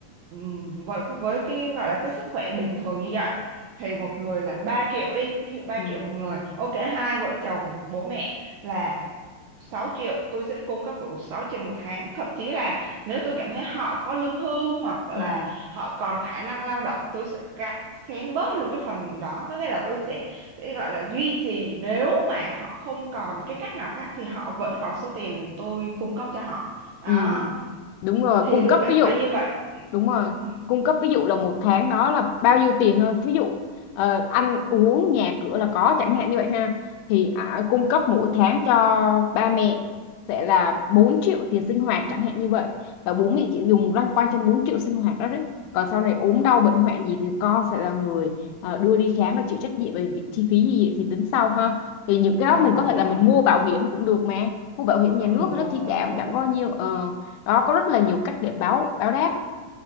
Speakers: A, on the right; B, on the left.
A: Ừm, với với cái gọi là cái sức khỏe bình thường như vậy thì một người là 3 triệu đi ví dụ ba
B: ừ
A: triệu một người ok hai vợ chồng bố mẹ là sáu triệu tôi sẽ cung cấp đủ 6 triệu một tháng thậm chí là nếu tôi cảm thấy họ có lương hưu hoặc là
B: ừ,
A: họ còn khả năng lao động tôi sẽ cắt xén bớt luôn cái phần đó có nghĩa là tôi sẽ sẽ gọi là duy trì nếu mà họ không còn cái cách nào khác thì họ vẫn còn số tiền tôi cung cấp cho họ đó
B: ừ. đúng rồi
A: thì
B: cung
A: tôi
B: cấp
A: cảm
B: ví dụ
A: thấy như vậy
B: đúng rồi
A: Ừ.
B: cung cấp ví dụ là một tháng đó là bao nhiêu tiền thôi ví dụ ờ, ăn uống nhà cửa là có chẳng hạn như vậy ha thì à, cung cấp mỗi tháng cho ba mẹ sẽ là 4 triệu tiền sinh hoạt chẳng hạn như vậy và bố mẹ chỉ dùng loanh quanh trong 4 triệu sinh hoạt đó đấy còn sau này ốm đau bệnh hoạn gì thì con sẽ là người ờ, đưa đi khám và chịu trách nhiệm về vị- chi phí gì thì tính sau ha thì những cái
A: Ờ
B: đó mình có
A: đúng
B: thể
A: rồi.
B: là mình mua bảo hiểm cũng được mà mua bảo hiểm nhà
A: Ừ,
B: nước
A: đúng
B: nó chi
A: đúng
B: trả cũng
A: đúng.
B: chẳng có nhiều Ờ, đó có rất là nhiều cách để báo báo đáp